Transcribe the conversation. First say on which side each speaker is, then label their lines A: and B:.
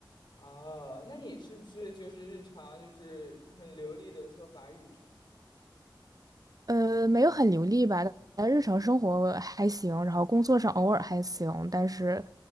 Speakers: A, on the left; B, on the right.
A: 哦，那你是不是就是日常就是很流利的说法语什么的？
B: 呃，没有很流利吧，但日常生活还行，然后工作上偶尔还行，但是